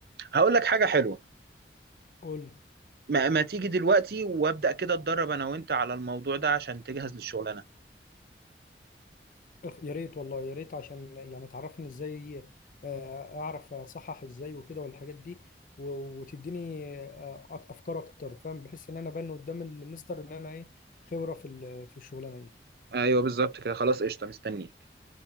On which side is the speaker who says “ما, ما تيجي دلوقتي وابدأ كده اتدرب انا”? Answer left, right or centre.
Right